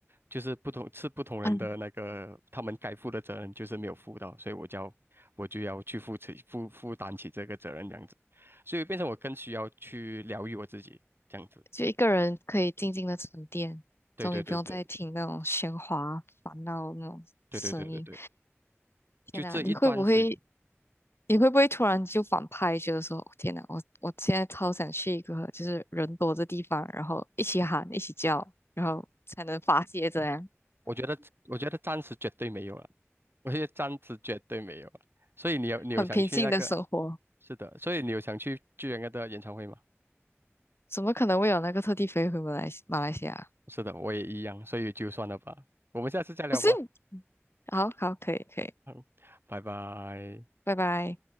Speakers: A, on the right; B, on the left.
A: 就是不同吃不同人的那个他们该负的责任就是没有负到，
B: <laughs> 嗯。
A: 所以我就要我就要去负起负负担起这个责任这样子，所以变成我更需要去疗愈我自己这样子。
B: 就一个人可以静静的沉淀，
A: 对对对对
B: 终于不用再听那种喧哗、烦闹那种声音。
A: 对对对对对。
B: 天呐，
A: 就这一段时，
B: 你会不会，你会不会突然就反派，觉得说，哦天呐，我我现在超想去一个就是人多的地方，然后一起喊、一起叫，然后才能发泄这样
A: 我觉得我觉得暂时绝对没有了，我觉得暂时绝对没有了。所以你有你有想去那个？
B: 很平静的生活。
A: 是的，所以你有想去巨人哥的演唱会吗？
B: 怎么可能会有那个特地飞回马来西马来西亚？
A: 是的，我也一样，所以就算了吧，我们下次再聊吧。
B: 不是，好好，可以可以，
A: <laughs> 拜拜。
B: 拜拜。